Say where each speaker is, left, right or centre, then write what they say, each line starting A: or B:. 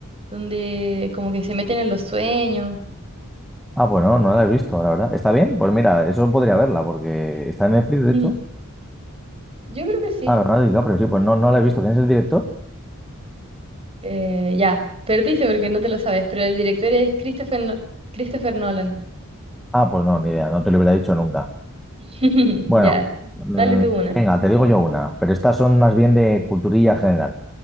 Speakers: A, on the right; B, in the centre.
A: donde como que se meten en los sueños.
B: Ah, pues no, no la he visto, la verdad. ¿Está bien? Pues mira, eso podría verla, porque está en Netflix, de
A: Mm,
B: hecho.
A: Yo creo que sí.
B: Ah, Leonardo DiCaprio, sí, pues no, no la he visto. ¿Quién es el director?
A: Eh, ya, perdiste porque no te lo sabes, pero el director es Christopher, No- Christopher Nolan.
B: Ah, pues no, ni idea, no te lo hubiera dicho nunca.
A: <laughs>
B: Bueno,
A: Ya,
B: mm,
A: dale tú una.
B: venga, te digo yo una, pero estas son más bien de culturilla general.